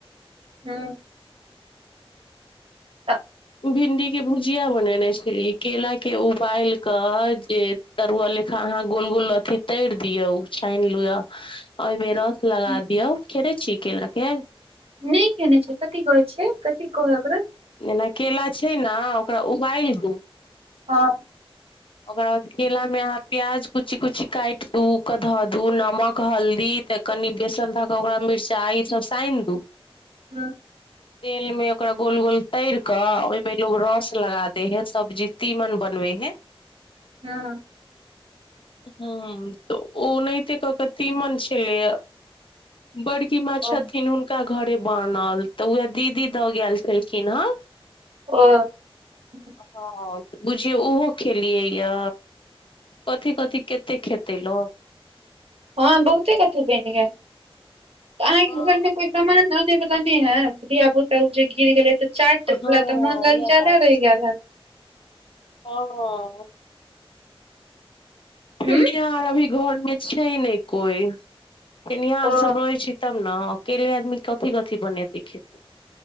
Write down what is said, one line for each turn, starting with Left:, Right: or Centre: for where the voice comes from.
Right: हूं। हँ <inaudible>
Left: भिंडी के भुजिया बनेने छलीयै, केला के उबाल कऽ जे तरुआ लेखा अहाँ गोल- गोल अथी तैर दियऔ, उ छानि लिअ। ओहिमे रस लगा
Right: ह
Left: दियौ, खेने छियै केेला के?
Right: नै खेने छियै, कथि कहै छियै, कथि कहलो ओकरा
Left: जेना केेला छै ने, ओकरा उबालि दू
Right: हँ
Left: ओकरा बाद केला में अहाँ प्याज कुची - कुची काटि दू ओकरा धऽ दू नमक हल्दी त कनि बेसन धऽ कऽ ओकरा मिर्चाइ इ सब सानि दू।
Right: ह <inaudible>
Left: तेलमे ओकर गोल गोल तरि कऽ ओहिमे लोक रस लगा दैत हइ सब्जी तीमन बनबयमे।
Right: ह्मम।
Left: ह्मम, तऽ ओ ओनाहिते कऽ कऽ तीमन छलैए। बड़की माँ छथिन,
Right: ओ
Left: हुनका घरे बनल, तऽ उएह दीदी दऽ गएल छल छी न
Right: ओ ह्म।
Left: हँ, तऽ बुझियौ ओहो खेलियैए। कथी-कथी केत्तेक खेतै लोक?
Right: हँ बहुतेक अथी बनि गेल। तऽ अहाँके
Left: हँ
Right: घरमे कोइ सामान अनयवला नहि हए? धिया-पुत तब ओ जे गिर गेलय, तऽ चाट
Left: हँ
Right: लए तऽ मोन ललचाएले
Left: इह बात
Right: रहि गेल हएत?
Left: हँ। खेनिहार
Right: हूँ
Left: अभी घरमे छै नहि कोइ। खेनिहार
Right: ओ
Left: सभ रहैत छै तब ने। अकेले आदमी कथी-कथी बनेतै, खेतै।